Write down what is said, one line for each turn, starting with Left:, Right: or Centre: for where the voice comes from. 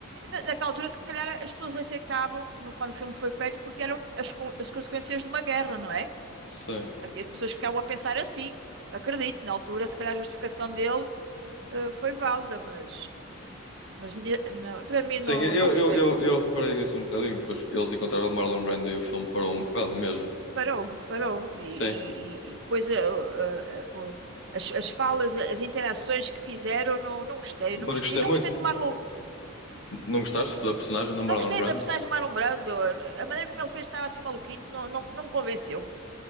Right: na- naquela altura, se calhar as pessoas aceitavam no- quando o filme foi feito porque eram as, con- as consequências de uma guerra, não é?
Left: Sim.
Right: Havia pessoas que ficavam a pensar assim. Acredito, na altura, se calhar a justificação dele eh, foi válida, mas, mas ne- na- para mim
Left: Sim,
Right: não,
Left: eu,
Right: não gostei.
Left: eu, eu, eu reparei nisso um bocadinho. Depois eles encontraram o Marlon Brando e o filme parou um bocado mesmo.
Right: Parou, parou. E,
Left: Sim.
Right: e- e- e depois eh, o- eh, o- as, as falas, as interações que fizeram, não, não gostei,
Left: Mas
Right: não gostei.
Left: eu gostei
Right: E não
Left: muito.
Right: gostei do Marlon,
Left: Não gostaste da personagem do Marlon
Right: não gostei
Left: Brando?
Right: da personagem do Marlon Brando. A maneira como ele fez estava assim maluquito, não, não, não me convenceu.